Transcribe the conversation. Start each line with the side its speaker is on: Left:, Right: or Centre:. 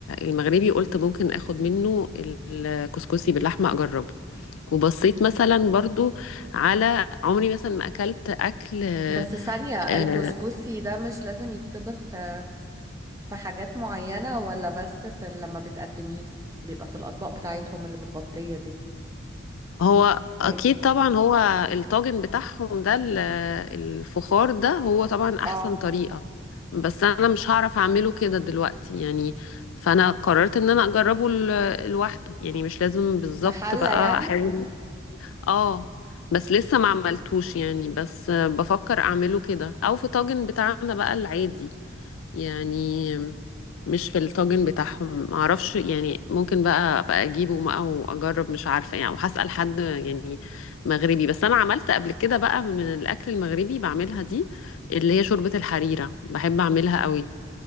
Left: المغربي قلت ممكن اخد منه الكسكسي باللحمه اجربه وبصيت
Right: مم.
Left: مثلا برضو على عمري مثلا ما اكلت اكل آه،
Right: بس ثانية
Left: آه،
Right: الكسكسي ده مش لازم يتطبخ في في حاجات معينة ولا بس في لما بتقدميه بيبقى في الأطباق بتاعتهم اللي متغطية دي
Left: هو
Right: يعني
Left: اكيد طبعا هو الطاجن بتاعهم ده ال- الفخار ده هو طبعا احسن
Right: اه
Left: طريقة بس انا مش هعرف اعمله كده دلوقتي يعني فانا قررت ان انا اجربه ال- لوحده يعني مش لازم بالظبط
Right: في حلة
Left: بقى
Right: يعني
Left: احاول اه بس لسه ما عملتوش
Right: مم.
Left: يعني بس آه، بفكر اعمله كده او في طاجن بتاعنا بقى العادي يعني مش في الطاجن بتاعهم معرفش يعني ممكن بقى ابقى اجيبه بقى واجرب مش عارفه يعني وهسأل حد يعني مغربي بس انا عملت قبل كده بقى من الاكل المغربي بعملها دي اللي هي شوربه الحريره بحب اعملها قوي